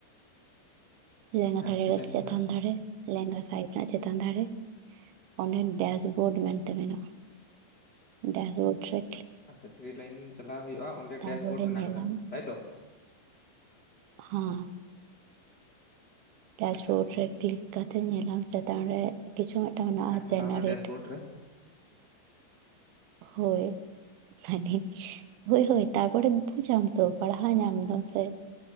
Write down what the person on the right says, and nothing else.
ᱞᱮᱸᱜᱟ
ᱫᱷᱟᱨᱮ
ᱨᱮ
ᱪᱮᱛᱟᱱ
ᱫᱷᱟᱨᱮ, ᱞᱮᱸᱜᱟ ᱥᱟᱭᱤᱴ ᱨᱮᱱᱟᱜ ᱪᱮᱛᱟᱱ ᱫᱷᱟᱨᱮ, ᱚᱸᱰᱮ ᱰᱮᱥᱵᱳᱨᱰ ᱢᱮᱱᱛᱮ ᱢᱮᱱᱟᱜᱼᱟ ᱾ ᱰᱟᱭᱥᱵᱳᱰᱨᱮ
ᱛᱟᱨᱯᱚᱨᱮ
ᱧᱮᱞᱟᱢ
ᱦᱚᱸ ᱵᱮᱥᱵᱳᱨᱰ
ᱨᱮ ᱠᱤᱞᱤᱠ ᱠᱟᱛᱮᱫ ᱧᱮᱞᱟᱢ ᱪᱮᱛᱟᱱ ᱨᱮ ᱠᱤᱪᱷᱩ ᱢᱤᱫᱴᱟᱝ ᱢᱮᱱᱟᱜᱼᱟ
ᱡᱮᱱᱟᱨᱮᱴ
᱾
ᱦᱳᱭ ᱢᱟᱱᱮ ᱦᱳᱭ ᱦᱳᱭ ᱛᱟᱨᱯᱚᱨᱮ ᱵᱩᱡ ᱟᱢ ᱛᱚ ᱯᱟᱲᱦᱟᱣ ᱧᱟᱢ ᱫᱟᱢ ᱥᱮ,